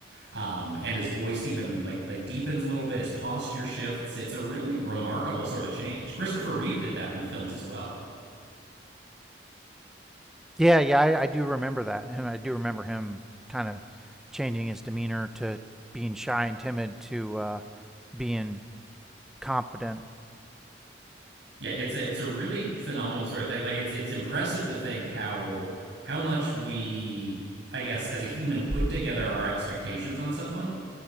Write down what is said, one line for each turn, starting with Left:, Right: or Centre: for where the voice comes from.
Right: um, and his voice even like like deepens a little bit. His posture shifts. It's a really remarkable sort of change. Christopher Reeve did that in the films as well.
Centre: Yeah, yeah, I, I do remember that, and I do remember him kind of changing his demeanor to being shy and timid to uh, being competent
Right: Yeah, it's a it's a really phenomenal sort of thing. Like it's it's impressive to think how how much we I guess as a human put together our expectations on someone.